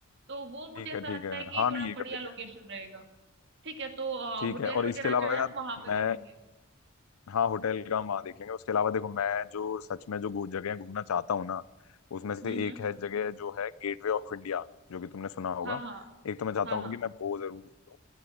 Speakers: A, on the right; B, on the left.
A: तो वो मुझे
B: ठीक
A: ऐसा
B: है ठीक
A: लगता
B: है
A: है कि
B: हाँ
A: थोड़ा
B: नहीं ये
A: बढ़िया
B: कर देते
A: लोकेशन
B: हैं
A: रहेगा ठीक है तो
B: ठीक
A: होटल
B: है और
A: वगैरह
B: इसके अलावा
A: जो है
B: यार
A: वहां पे
B: मैं
A: कर लेंगे
B: हाँ होटल का हम वहाँ देख लेंगे उसके अलावा देखो मैं जो सच में जो घू- जगह घूमना चाहता हूँ ना उसमें से
A: हम्म हम्म
B: एक है जगह जो है गेटवे ऑफ इंडिया जो कि तुमने सुना होगा
A: हाँ हाँ
B: एक तो मैं चाहता
A: हाँ
B: हूँ
A: हाँ
B: कि मैं वो जरूर घूमूं